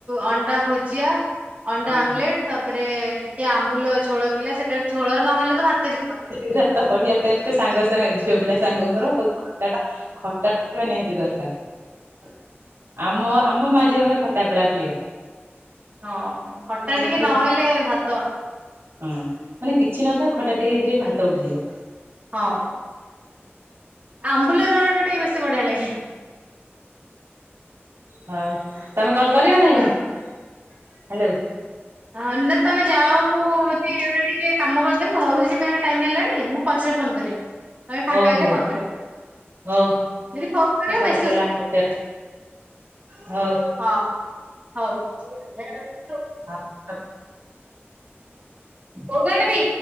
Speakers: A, on the right; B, on the right.
A: ଅଣ୍ଡା ଭୁଜିଆ, ଅଣ୍ଡା
B: ହଁ
A: ଆମଲେଟ୍, ତାପରେ ଟିକେ ଆମ୍ବୁଲ ଝୋଳ ଥିଲା ସେଟା ଝୋଳ ନହେଲେ ତ ଭାତ ଯିବନି,
B: <unintelligible> ବଢ଼ିଆ ଟେଷ୍ଟ୍ ସାଙ୍ଗ ସାଙ୍ଗେ ଝିଅ ପିଲା ସାଙ୍ଗଙ୍କର ଆଉ ଖଟା ଟା ଖଟା ତ୍ୟ ନିହାତି ଦରକାର ଆମ-ଆମ ମା ଝିଅଙ୍କର ଖଟା ପୁରା ପ୍ରିୟ,
A: ହଁ ଖଟା
B: ଯେମିତି
A: ଟିକେ ନହେଲେ
B: ଖ
A: ଭାତ,
B: ହଁ ମାନେ କିଛି ନଥାଉ ଖଟା ଟିକେ ହେଇଥିଲେ ଭାତ ଉଠିଯିବ,
A: ହଁ, ଆମ୍ବୁଲଝୋଳ ଟା ଟିକେ ବେଶୀ ବଢ଼ିଆ ଲାଗେ,
B: ହଁ ତମେ କଲ୍ କରିବନା
A: ଆଜ୍ଞା
B: ଏଇଖୁଣି ହ୍ୟାଲୋ?
A: ହଁ ନା ତମେ ଯାଅ ମୁ ଟିକେ ଇଆଳେ ଟିକେ କାମ କରିଦେବି ଘରୁ ଯିମି ଟାଇମ୍ ହେଲାଣି ମୁଁ ପଛରେ କଲ୍ କରିବି, ତମେ ଫାଙ୍କା
B: ହଉ
A: ହେଲେ
B: ହଉ
A: ଫୋନ୍ କରିବ
B: ହଉ
A: ଅ ଯଦି ଫୋନକରିବ
B: ସରିଗଲା
A: ମେସେଚ୍ କରିଦେବ,
B: ଗୋଟେ ଅଛି ହଉ,
A: ହଁ-ହଁ ହଉ,
B: <unintelligible>
A: କୋଉଟା ଆଣିବି?